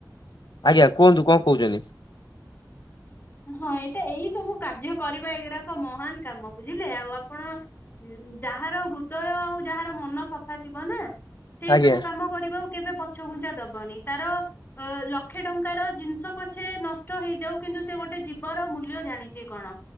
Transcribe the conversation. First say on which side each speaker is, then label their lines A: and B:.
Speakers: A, on the left; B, on the left.
A: ଆଜ୍ଞା କୁହନ୍ତୁ କଣ କହୁଚନ୍ତିି।
B: ହଁ ଏଇଟା ଏଇ ସବୁ କାର୍ଯ୍ୟ କରିବା ଏଗୁଡାକ ମହାନ କାମ। ବୁଝି ଝିଲେ ଆଉ ଆପଣ ଇ, ଯାହାର ହୃଦୟ ଆଉ ଯାହା ତା ମନ ସଫା ଥିବ ନା ସେଇ
A: ଆଜ୍ଞା
B: ସବୁ କାମ କରିବାକୁ କେବେ ପ ଛଘୁଞ୍ଚା ଦବନି। ତାର ଅ, ଲକ୍ଷେ ଟଙ୍କାର ଜିନିଷ ପଛେ ଟ ହେଇଯାଉ କିନ୍ତୁ ସେ ଗୋଟେ ଜୀବର ମୂଲ୍ୟ ଜାଣିଚି କଣ।